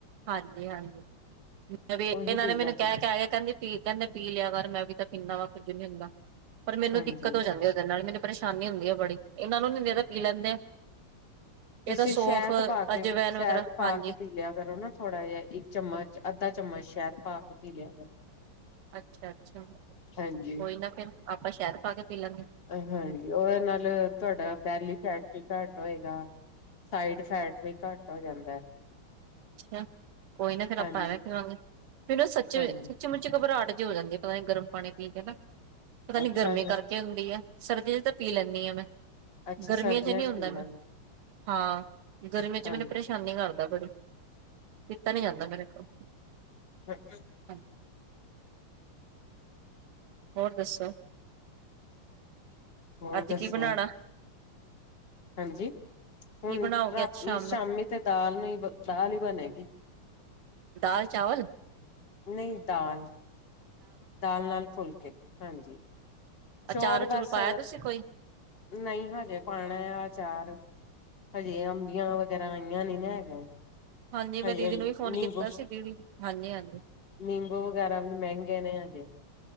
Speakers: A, on the right; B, on the left.
A: ਹਾਂਜੀ, ਹਾਂਜੀ ਵੇਖ
B: ਉਹੀ
A: ਇਹਨਾਂ
B: ਪੀ
A: ਨੇ ਮੈਨੂੰ
B: ਲਿਆ
A: ਕਹਿ
B: ਕਰੋ
A: ਕਹਿ ਕੇ ਕਹਿੰਦੀ ਪੀ ਕਹਿੰਦੇ ਪੀ ਲਿਆ ਕਰ, ਮੈਂ ਵੀ ਤਾਂ ਪੀਂਦਾ ਵਾ। ਕੁਝ ਨਹੀਂ ਹੁੰਦਾ। ਪਰ ਮੈਨੂੰ
B: ਹਾਂਜੀ
A: ਦਿੱਕਤ ਹੋ ਜਾਂਦੀ ਏ। ਉਹਦੇ ਨਾਲ ਮੈਨੂੰ ਪਰੇਸ਼ਾਨੀ ਹੁੰਦੀ ਹੈ ਬੜੀ ਇਹਨਾਂ ਨੂੰ ਨੀ ਦੇ ਤਾਂ ਪੀ ਲੈਂਦੇ ਆ।
B: ਤੁਸੀਂ
A: ਇਹ ਤਾਂ ਸੌਫ
B: ਸ਼ਹਿਦ ਪਾ ਕੇ,
A: ਅਜਵੈਨ
B: ਸ਼ਹਿਦ
A: ਵਗੈਰਾ
B: ਪਾ
A: ਹਾਂਜੀ
B: ਕੇ ਪੀ ਲਿਆ ਕਰੋ ਨਾ। ਥੋੜਾ ਜਿਹਾ ਇੱਕ ਚਮਚ, ਅੱਧਾ ਚਮਚ, ਸ਼ਾਇਦ ਪਾ ਕੇ ਪੀ ਲਿਆ ਕਰੋ।
A: ਅੱਛਾ, ਅੱਛਾ
B: ਹਾਂਜੀ।
A: ਕੋਈ ਨਾ ਫੇਿਰ ਆਪਾਂ ਸ਼ਹਿਦ ਪਾ ਕੇ ਪੀ ਲੈਂਣਾਂ।
B: ਹਾਂਜੀ, ਉਹਦੇ ਨਾਲ ਤੁਹਾਡਾ ਬੈਲੀ ਫੈਟ ਵੀ। ਘੱਟ ਹੋਏਗਾ ਸਾਈਡ ਫੈਟ ਵੀ ਘੱਟ ਹੋ ਜਾਂਦਾ ਏ
A: ਅੱ ਕੋਈ ਨਾ ਫੇਰ
B: ਹਾਂਜੀ
A: ਆਪਾਂ ਐਵੇਂ ਕਵਾਂਗੇ ਫਨ ਸੱਚੀ
B: ਹਾਂਜੀ
A: ਸੱਚੀ-ਮੁੱਚੀ ਘਬਰਾਟ ਹੋ ਜਾਂਦੀ ਆ ਪਤਾ ਨੀ ਗਰਮ ਪਾਣੀ ਪੀ ਕੇ ਨਾ ਪਤਾ
B: ਅੱਛਾ
A: ਨੀ ਗਰਮੀ
B: ਜੀ
A: ਕਰਕੇ ਹੁੰਦੀ ਆ ਸਰਦੀ ਚ ਤਾਂ ਪੀ ਲੈਂਦੀ ਹਾਂ ਮੈਂ।
B: ਅੱਛਾ
A: ਗਰਮੀਆਂ
B: ਸਰਦੀਆਂ
A: ਚ ਨਹੀਂ ਹੁੰਦਾ
B: ਪੀ ਲੈਂਦੇ
A: ਮੈਂ ਹਾਂ ਗਰਮੀਆਂ ਚ
B: ਹਾਂਜੀ
A: ਮੈਨੂੰ ਪਰੇਸ਼ਾਨੀ ਕਰਦਾ ਬੜੀ। ਪੀਤਾ ਨੀ ਜਾਂਦਾ ਮੇਰੇ ਕੋਲ।
B: ਹ <inaudible>
A: ਹਾਂਜੀ ਹੋਰ ਦੱਸੋ-
B: ਹੋਰ
A: ਅੱਜ
B: ਦੱਸੋ-
A: ਕੀ ਬਣਾਣਾ
B: ਹਾਂਜੀ
A: ਕੀ
B: ਹੁਣ
A: ਬਣਾਓਗੇ
B: ਰਾਤੀ
A: ਅੱਜ ਸ਼ਾਮ
B: ਸ਼ਾਮੀ
A: ਨੂੰ
B: ਤੇ ਦਾਲ ਹੀ ਬਣੇਗੀ
A: ਦਾਲ ਚਾਵਲ
B: ਨਹੀਂ ਦਾਲ ਦਾਲ ਨਾਲ ਫੁਲਕੇ ਹਾਂਜੀ- ਚੋਲ
A: ਅਚਾਰ ਅਚੂਰ
B: ਬਸ
A: ਪਾਇਆ ਤੁਸੀਂ ਕੋਈ
B: ਨਹੀਹਜੇ ਪਾਣਾ ਆ ਚਾਰ ਹਜੇ ਅੰਬੀਆਂ ਵਗੈਰਾ ਆਈਆਂ ਨੀ ਹੈਗਾ
A: ਹਾਂਜੀ ਮੈਂ
B: ਹਜ
A: ਦੀਦੀ ਨੂੰ ਵੀ ਫੋਨ
B: ਨਿੰਬੂ
A: ਕੀਤਾ ਸੀ ਦੀਦੀ ਹਾਂਜੀ ਹਾਂਜੀ
B: -ਨਿੰਬੂ ਵਗੈਰਾ ਵੀ ਮਹਿੰਗੇ ਨੇ <inaudible>